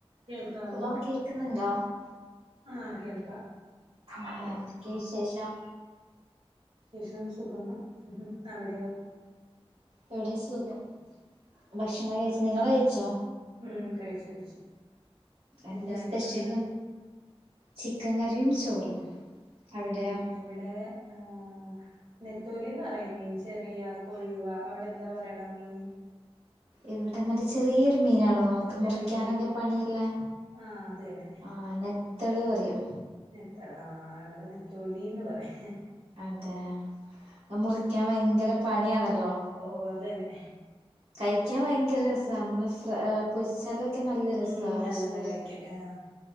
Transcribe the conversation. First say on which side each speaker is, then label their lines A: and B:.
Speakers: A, on the right; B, on the right.
A: കേൾക്കാവോ
B: ഹലോ കേക്കുന്നൊണ്ടൊ
A: ആ കേൾക്കാം
B: ആ എന്തൊക്കെയാ വിശേഷം
A: വിശേഷം സുഖങ്ങൾ അവിടെയൊ
B: ഇവടേം സുഖം ഭക്ഷണം കഴിച്ചു നിങ്ങള് കഴിച്ചൊ
A: ഉം കഴിച്ചു കഴിച്ചു
B: എന്താ
A: എന്താരുന്നു
B: സ്പെഷ്യല്
A: ഇന്ന്
B: ചിക്കൻ കറിം ചോറും അവിടെയോ
A: ഉം ഇവിടേ ആ നെത്തോലീന്ന് പറയും മീൻ ചെറിയ കൊഴുവ അവടെ എന്താ പറയണെ മീൻന്
B: ഇവിടെ മറ്റെ ചെറിയൊരു മീനാണൊ നമുക്
A: ചെറിയ
B: മുറിക്കാനൊക്കെ
A: മീൻ
B: പണിയൊള്ളേ
A: ആഹ് അത് തന്നെ
B: ആ നത്തോളീ പറയും
A: നെത്തള് ആ ഇവിടെ നത്തോലീന്ന് പറേം
B: അതെ അ മുറിക്കാൻ ഭയങ്കര പണിയാണല്ലൊ
A: ഓ അതുതന്നെ
B: കഴിക്കാൻ ഭയങ്കര രസാ നമ്മള് ഫ്രൈ പൊരിച്ചാലൊക്കെ നല്ല രസാ
A: ഉം നല്ലതാ
B: പക്ഷെ
A: കഴിക്കാൻ ആഹ്